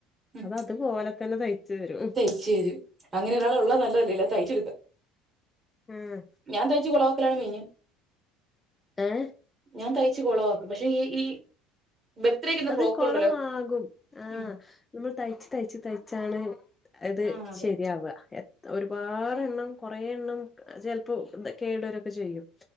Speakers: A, on the right (about 30°); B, on the left (about 20°).
A: ഉം
B: അഹ് അതുപോലെ തന്നെ തയ്ച്ചു തരും
A: തയ്ച്ചു തരും അങ്ങനെ ഒരാളെ ഉള്ള നല്ലതല്ലെ തയ്ച്ചെടുക്ക
B: ആഹ്
A: ഞാൻ തയ്ച്ച കുളവാക്കലാണ് മൈന്
B: ഏഹ്
A: ഞാൻ തയ്ച്ച് കൊളവാക്കും പക്ഷെ ഈ ഈ ബർത്ത്ഡേക്ക് ഇടുന്ന
B: അത്
A: ഫ്രോക്കുകളുണ്ടല്ലോ
B: കൊളമാകും ആഹ്.
A: ഉം
B: നമ്മൾ തയ്ച്ച് തയ്ച്ച് തയ്ച്ചാണ് അത്
A: ആഹ് അതെ
B: ശരിയാവുക. ഒരുപാടെണ്ണം കൊറെ എണ്ണം ചിലപ്പോ കേടുവരൊക്കെ ചെയ്യും.